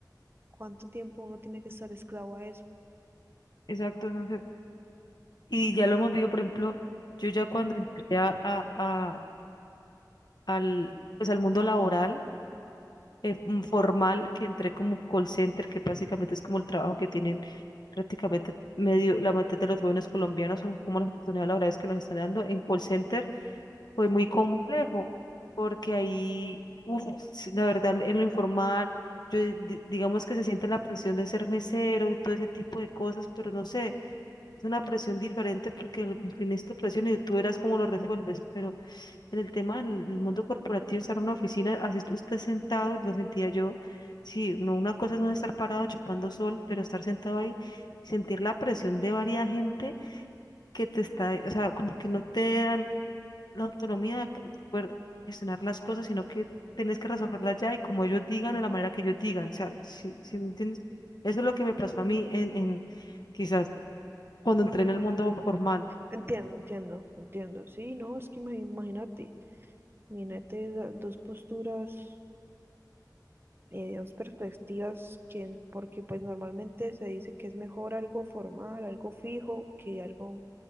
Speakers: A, on the right; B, on the left.
A: ¿cuánto tiempo uno tiene que estar esclavo a eso?
B: Exacto, no sé. Y ya lo hemos visto, por ejemplo, yo ya cuando entré a, a- a- al, pues al mundo laboral, eh, mm, formal, que entré como call center, que básicamente es como el trabajo que tienen prácticamente medio, la mitad de los jóvenes colombianos son como las oportunidades laborales que nos están dando en call center fue muy complejo, porque ahí, uf, sí, la verdad, en lo informal, yo di- digamos que se siente la presión de ser mesero y todo ese tipo de cosas, pero no sé, es una presión diferente porque el- en fin es tu presión y tú verás cómo lo resuelves, pero en el tema del del mundo corporativo, estar en una oficina, así tú estés sentado, lo sentía yo, sí, no, una cosa es no estar parado chupando sol, pero estar sentado ahí, sentir la presión de varias gente que te está, o sea, como que no te dan la autonomía de poder gestionar las cosas, sino que tienes que resolverlas ya y como ellos digan, de la manera que ellos digan. O sea, si, si me entiendes, eso es lo que me pasó a mí en, en quizás cuando entré en el mundo formal.
A: Entiendo, entiendo, entiendo. Sí, no, es que imag- imagínate, Imagínate do- dos posturas, eh, dos perspectivas, que, porque pues normalmente se dice que es mejor algo formal, algo fijo, que algo